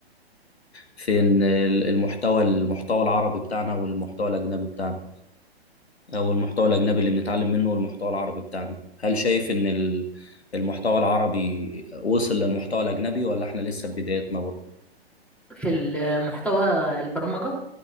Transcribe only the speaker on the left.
في إن ال- المحتوى المحتوى العربي بتاعنا والمحتوى الأجنبي بتاعنا أو المحتوى الأجنبي اللي بنتعلم منه والمحتوى العربي بتاعنا هل شايف إن ال- المحتوى العربي وصل للمحتوى الأجنبي ولا إحنا لسه في بدايتنا برضه؟